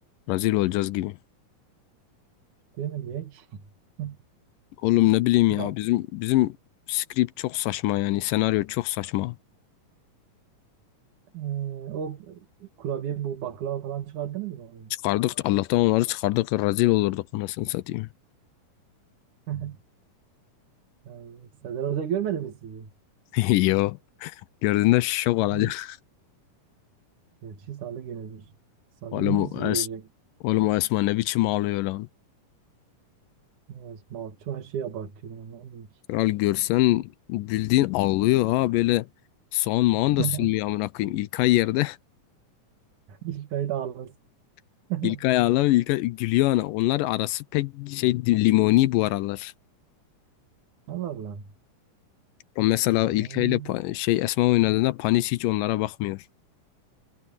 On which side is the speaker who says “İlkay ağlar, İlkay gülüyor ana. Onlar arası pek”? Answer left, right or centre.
Left